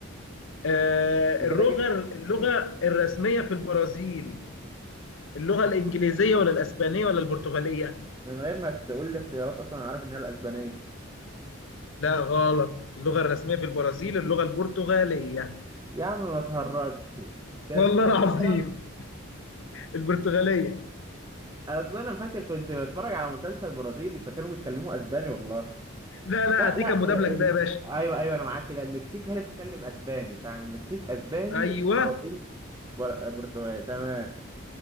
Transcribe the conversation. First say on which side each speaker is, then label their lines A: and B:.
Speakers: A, on the left; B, on the right.
A: آه،
B: احنا
A: اللغه
B: كده جبت
A: اللغه الرسميه في البرازيل اللغه الانجليزيه ولا الاسبانيه ولا البرتغاليه
B: من غير ما تقول لي اختيارات أصلا أنا عارف إن هي الأسبانية
A: لا غلط اللغه الرسميه في البرازيل اللغه البرتغاليه
B: يا عم ما تهرجش كده
A: والله
B: 9
A: العظيم
B: من 10
A: البرتغاليه
B: أصل أنا فاكر كنت بتفرج على مسلسل برازيلي فكانوا بيتكلموا أسباني والله
A: لا لا
B: لا
A: هديك
B: لا
A: المدبلج
B: ال...
A: ده يا باشا
B: ايوه ايوه انا معاك كده المكسيك هي اللي بتتكلم اسباني فعلا المكسيك اسباني
A: ايوه
B: برازيل بر... برتغالي تمام